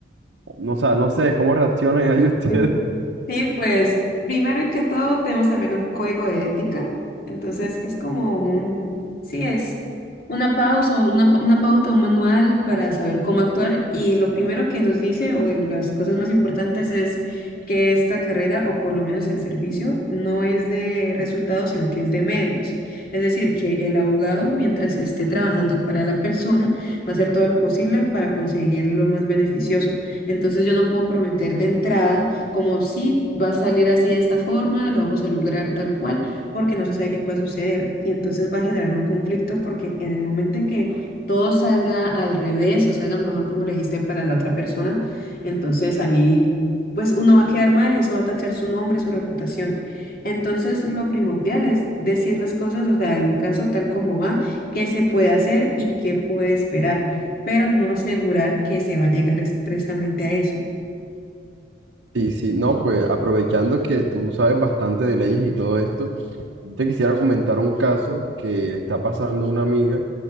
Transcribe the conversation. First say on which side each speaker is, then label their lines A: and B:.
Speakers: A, on the right (about 80°); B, on the left (about 50°).
A: o no, o sea, no sé, ¿cómo reaccionan ahí <laughs> ustedes?
B: <laughs> Sí, pues primero que todo tenemos también un código de ética, entonces es como un, sí, es una pausa, una, pa- una pauta, un manual para saber cómo actuar y lo primero que nos dice o de las cosas más importantes es que esta carrera o por lo menos el servicio no es de resultados, sino que es de medios. Es decir, que el abogado mientras esté trabajando para la persona va a hacer todo lo posible para conseguir lo más beneficioso. Entonces yo no puedo prometer de entrada como sí, va a salir así de esta forma, lo vamos a lograr tal cual, porque no se sabe qué puede suceder. Y entonces va a generar un conflicto porque en el momento en que todo salga al revés o salga mejor como lo dijiste para la otra persona, entonces ahí pues uno va a quedar mal, eso va a tachar su nombre, su reputación. Entonces lo primordial es decir las cosas, o sea, el caso tal como va, qué se puede hacer y qué puede esperar pero no asegurar que se va a llegar expresamente a eso.
A: Sí, sí, no, pues aprovechando que tú sabes bastante de leyes y todo esto, te quisiera comentar un caso que le está pasando a una amiga,